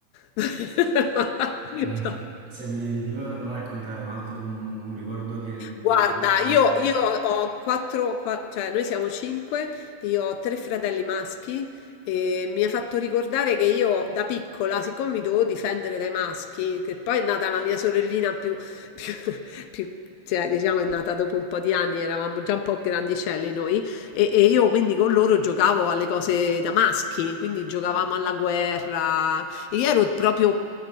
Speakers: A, on the left; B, on the right.
A: <laughs> No.
B: E se mi devi tipo raccontare un altro un, un ricordo del- della
A: Guarda,
B: tua infanzia...
A: io, io ho quattro, qua- cioè noi siamo cinque, io ho tre fratelli maschi e mi ha fatto ricordare che io da piccola, siccome mi dovevo difendere dai maschi, che poi è nata la mia sorellina più, <laughs> più- più- cioè diciamo è nata dopo un po' di anni, eravamo già un po' grandicelli noi e, e io quindi con loro giocavo alle cose da maschi, quindi giocavamo alla guerra, e io ero proprio,